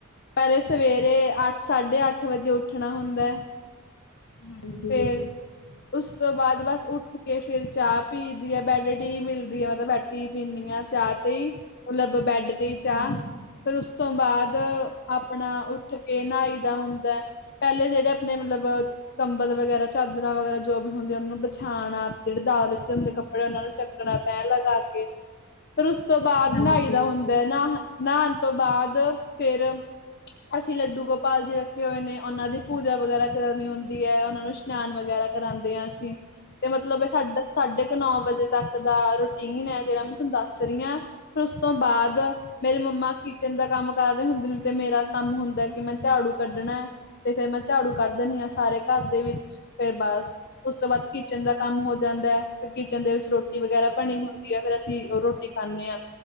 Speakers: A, on the left; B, on the left.
A: ਪਹਿਲੇ ਸਵੇਰੇ ਅੱਠ ਸਾਢੇ ਅੱਠ ਵਜੇ ਉੱਠਣਾ ਹੁੰਦਾ।
B: ਹਾਂਜੀ
A: ਫਿਰ
B: <inaudible>
A: ਉਸ ਤੋਂ ਬਾਅਦ ਬਸ ਉੱਠ ਕੇ ਫਿਰ ਚਾਹ ਪੀਈ ਦੀ ਆ ਬੈਡ ਟੀ ਮਿਲਦੀ ਐ ਮਤਲਬ ਬੈਠ ਟੀ ਪੀਣੀ ਆ ਚਾਹ ਤੇ ਮਤਲਬ ਬੈਡ ਤੇ
B: ਅੱਛਾ।
A: ਚਾਹ ਫੇਰ ਉਸ ਤੋਂ ਬਾਅਦ ਆਪਣਾ ਉੱਠ ਕੇ ਨਹਾਈ ਦਾ ਹੁੰਦਾ ਪਹਿਲੇ ਜਿਹੜੇ ਆਪਣੇ ਮਤਲਬ ਕੰਬਲ ਵਗੈਰਾ ਚਾਦਰਾਂ ਵਗੈਰਾ ਜੋ ਵੀ ਹੁੰਦੀਆਂ ਉਹਨਾਂ ਨੂੰ ਬਛਾਣਾ ਜਿਹੜੇ ਦਾਲੇ ਲੀਤੇ ਹੁੰਦੇ ਕੱਪੜੇ ਉਹਨਾਂ ਨੂੰ ਚੱਕਣਾ ਤਹਿ ਲਗਾ ਕੇ ਫੇਰ ਉਸ ਤੋਂ ਬਾਅਦ
B: ਹਾਂਜੀ
A: ਨਾਈ ਦਾ ਹੁੰਦਾ। ਨਹਾ ਨਹਾਣ ਤੋਂ ਬਾਅਦ ਫਿਰ ਅਸੀਂ ਲੱਡੂ ਗੋਪਾਲ ਜੀ ਰੱਖੇ ਹੋਏ ਨੇ ਉਹਨਾਂ ਦੀ ਪੂਜਾ ਵਗੈਰਾ ਕਰਨੀ ਹੁੰਦੀ ਦੀ ਐ ਉਹਨਾਂ ਨੂੰ ਇਸ਼ਨਾਨ ਵਗੈਰਾ ਕਰਾਂਦੇ ਆ ਅਸੀਂ। ਤੇ ਮਤਲਬ ਏ ਸਾਡ ਸਾਢੇ ਕ ਨੌ ਵਜੇ ਤੱਕ ਦਾ ਰੂਟੀਨ ਐ ਜਿਹੜਾ ਮੈਂ ਥੋਨੂੰ ਦੱਸ ਰੀ ਆ। ਫਿਰ ਉਸ ਤੋਂ ਬਾਅਦ ਮੇਰੇ ਮੰਮਾ ਕਿਚਨ ਦਾ ਕੰਮ ਕਰ ਰੇ ਹੁੰਦੇ ਨੇ ਤੇ ਮੇਰਾ ਕੰਮ ਹੁੰਦਾ ਕਿ ਮੈਂ ਝਾੜੂ ਕੱਢਣਾ। ਤੇ ਫੇਰ ਮੈਂ ਝਾੜੂ ਕੱਢ ਦੀਨੀ ਆ ਸਾਰੇ ਘਰ ਦੇ ਵਿੱਚ ਫੇਰ ਬਸ ਉਸ ਤੋਂ ਬਾਅਦ ਕਿਚਨ ਦਾ ਕੰਮ ਹੋ ਜਾਂਦਾ ਫਿਰ ਕਿਚਨ ਦੇ ਵਿੱਚ ਰੋਟੀ ਵਗੈਰਾ ਬਣੀ ਹੁੰਦੀ ਐ, ਫੇਰ ਅਸੀਂ ਓ ਰੋਟੀ ਖਾਣੇ ਆ